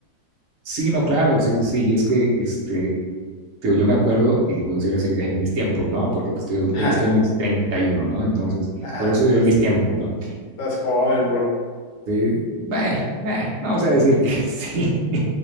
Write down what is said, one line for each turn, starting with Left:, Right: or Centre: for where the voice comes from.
Right: Sí, no, claro, sí, sí, sí, y es que, este, te digo, yo me acuerdo, y puedo decir así, en mis tiempos, ¿no? Porque pues te digo, ahorita
Left: <laughs>
Right: yo estoy en mis treinta y uno ¿no? Entonces,
Left: Ah,
Right: por
Left: estás,
Right: eso digo, en mis tiempos, ¿no?
Left: estás joven, bro.
Right: Sí, bueno, bueno, vamos a decir que <laughs> sí.